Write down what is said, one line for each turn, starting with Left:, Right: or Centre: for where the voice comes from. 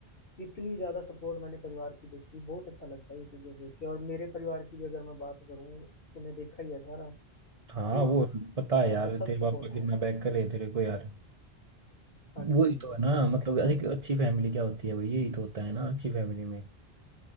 Left: इतनी ज्यादा सपोर्ट मैंने परिवार की देखी बहुत अच्छा लगता है ये चीजें देख के और मेरे परिवार की भी अगर मैं बात करूँ तूने देखा ही है सारा
Right: हाँ
Left: क्यों
Right: वो पता है यार
Left: वो सब
Right: तेरे पापा
Left: सपोर्ट है
Right: कितना बैक कर रहे हैं तेरे को यार
Left: हाँ
Right: वही
Left: जी हाँ
Right: तो
Left: जी
Right: है ना
Left: बस
Right: मतलब
Left: क्या
Right: अरे कि अच्छी फैमिली क्या होती है भाई यही तो होता है ना अच्छी फैमिली में